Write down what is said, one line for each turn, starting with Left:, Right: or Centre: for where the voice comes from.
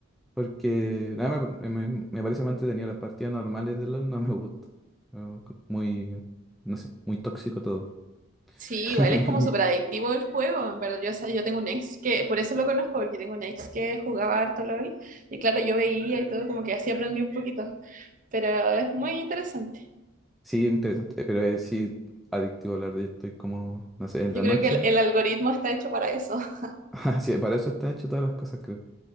Centre: Porque nada, me, me- me parece más entretenido las partidas normales de LOL, no me gusta. No, co- Muy, no sé, muy tóxico todo.
Right: Sí,
Centre: <laughs>
Right: igual es como súper adictivo el juego. En verdad, yo, o sea, yo tengo un ex que, por eso lo conozco, porque tengo un ex que jugaba harto LOL. Y claro, yo veía y todo, como que así aprendí un poquito. pero es muy interesante.
Centre: Sí, interesante. eh, Pero es sí adictivo hablar de esto. Y como, no sé, en la
Right: Yo creo
Centre: noche.
Right: que el, el algoritmo está hecho para eso. <laughs>
Centre: Así, para eso está hecho todas las cosas, creo.